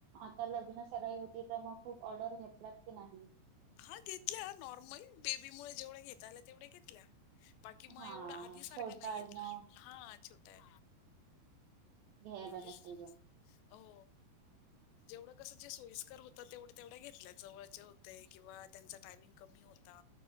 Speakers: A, on the right; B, on the left.
A: आता लग्न सराई होती त मग खूप ऑर्डर घेतलात की नाही.
B: हा घेतल्या नॉर्मल बेबी मुळ जेवढ्या घेता आल्या तेवढ्या घेतल्या. बाकी म
A: हा
B: एवढं आधी सारखं
A: छोटा
B: नाय घेतलं
A: आहे मग
B: हा छोट आहे.
A: घ्यायला
B: आधीच
A: नसेल जमत.
B: हो जेवढं कसं जे सोयीस्कर होत तेवढं तेवढ्या घेतल्या. जवळचे होते किंवा त्यांचा टायमिंग कमी होता.